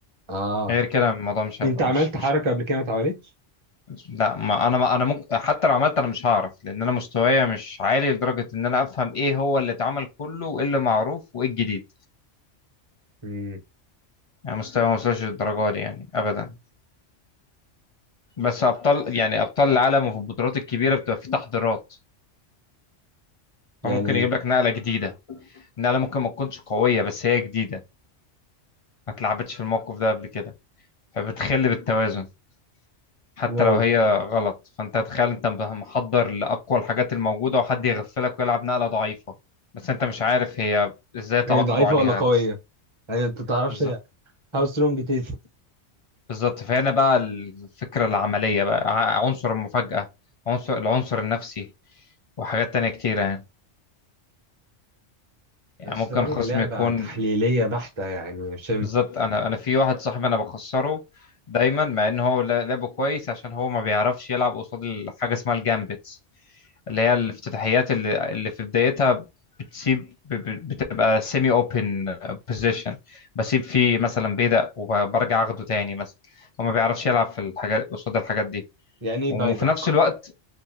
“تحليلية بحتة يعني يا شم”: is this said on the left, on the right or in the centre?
Right